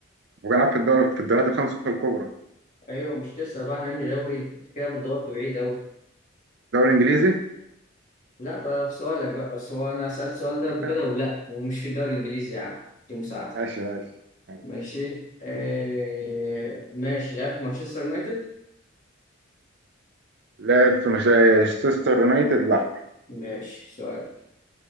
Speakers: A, on the right; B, on the left.
A: هو لعب في الدوري في الدوريات الخمسة الكبرى
B: ايوه مش تسأل بقى عن انهي دوري انت كده بتدور في بعيد قوي
A: دوري انجليزي
B: لا بقى في سؤالك بقى بس هو انا سألت السؤال ده
A: <laughs>
B: قبل كده ولا هو مش في الدوري الانجليزي يا عم دي مساعدتك
A: ماشي ماشي ماشي.
B: ماشي آه... ماشي لعب في مانشستر يونايتد
A: لعب في مانشستر يونايتد لا
B: ماشي سؤال